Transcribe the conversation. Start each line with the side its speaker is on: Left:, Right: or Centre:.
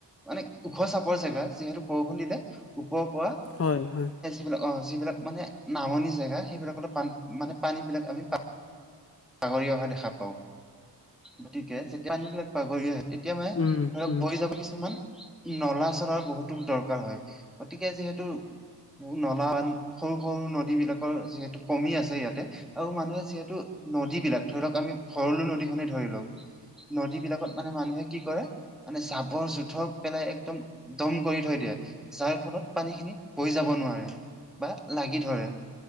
Centre: মানে ওখ চাপৰ জেগা যিহেতু বৰষুণ দিলে ওপৰৰ পৰা,
Left: হয় হয়।
Centre: সিবিলাক অ যিবিলাক মানে নামনি জেগা, সেইবিলাকলে পান মানে পানী বিলাক আমি বাগৰি অহা দেখা পাওঁ। গতিকে যেতিয়া পানীবিলাক বাগৰি আহে তেতিয়া মানে
Left: উম
Centre: ধৰক
Left: উম উম
Centre: বৈ যাব কিছুমান, নলা চলাৰ বহুতো দৰকাৰ হয়, গতিকে যিহেতু নলা সৰু সৰু নদী বিলাকৰ যিহেতু কমি আছে ইয়াতে, আৰু মানুহে যিহেতু নদীবিলাক ধৰি লওক আমি ভৰলু নদীখনেই ধৰি লও, নদী বিলাকত মানে মানুহে কি কৰে, মানে চাবৰ জোথৰ পেলাই একদম দম কৰি থৈ দিয়ে। যাৰ ফলত পানী খিনি বৈ যাব নোৱাৰে বা লাগি ধৰে।